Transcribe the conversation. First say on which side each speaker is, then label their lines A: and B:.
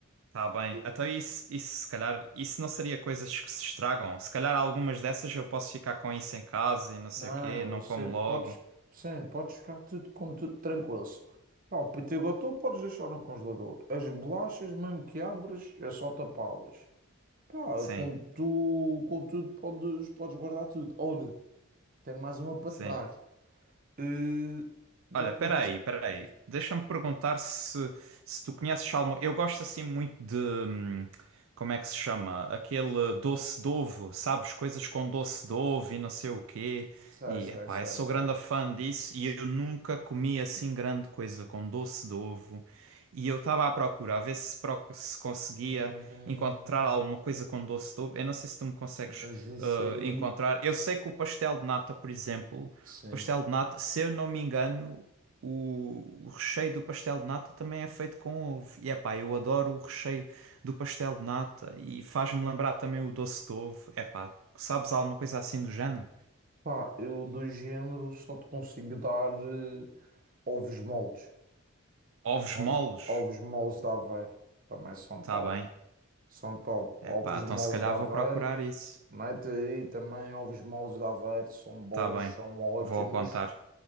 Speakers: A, on the right; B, on the right.
A: tá bem.
B: Digo,
A: Até isso isso se calhar isso não seria coisas que se estragam. Se calhar algumas dessas eu posso ficar com isso em casa e não sei
B: Não,
A: o quê, não
B: isso
A: como
B: é-
A: logo.
B: podes, sim, podes ficar tudo com tudo tranquilo. Pá, o Pitigotú podes deixar no congelador. As bolachas, mesmo que abres, é só tapá-las. Pá,
A: sim,
B: com tu, com tudo podes, podes guardar tudo. Olha, tenho mais uma para
A: sim.
B: te dar. Eh, já
A: Olha,
B: provaste?
A: peraí, peraí.
B: diz.
A: Deixa-me perguntar se, se tu conheces alguma. Eu gosto assim muito de. hum, Como é que se chama? Aquele doce de ovo, sabes? Coisas com doce de ovo e não sei o quê.
B: Sei,
A: E,
B: sei,
A: epá,
B: sei,
A: eu sou
B: sei.
A: grande fã disso e eu nunca comi assim grande coisa com doce de ovo. E eu estava à procura, a ver se, pro- se conseguia
B: Hum,
A: encontrar alguma coisa com doce de ovo. Eu não sei se tu me consegues
B: mas isso
A: ah,
B: aí,
A: encontrar. Eu sei que o pastel de nata, por exemplo.
B: sim.
A: Pastel de nata, se eu não me engano, o, o recheio do pastel de nata também é feito com ovo. E epá, eu adoro o recheio do pastel de nata e faz-me lembrar também o doce de ovo. Epá, sabes alguma coisa assim do género?
B: Pá, eu do género só te consigo dar eh, ovos moles.
A: Ovos
B: Ovos,
A: moles?
B: ovos moles de Aveiro também são
A: Tá
B: top.
A: bem.
B: São top.
A: Epá,
B: Ovos
A: então
B: moles
A: se calhar
B: de Aveiro,
A: vou procurar isso.
B: mete aí também ovos moles de Aveiro, são bons,
A: Tá bem.
B: são ótimos.
A: Vou apontar.